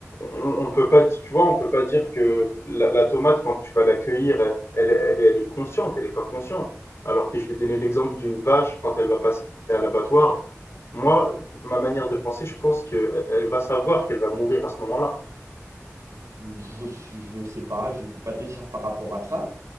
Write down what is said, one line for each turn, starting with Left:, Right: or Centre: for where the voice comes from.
Left: on on peut pas di tu vois, on peut pas dire que la la tomate quand tu vas la cueillir, elle elle elle est elle est consciente, elle est pas consciente. Alors que je vais donner l'exemple d'une vache quand elle va passer à l'abattoir. Moi, ma manière de penser, je pense qu'elle elle elle va savoir qu'elle va mourir à ce moment-là.
Right: Je, suis- je sais pas, je peux pas te dire par rapport à ça.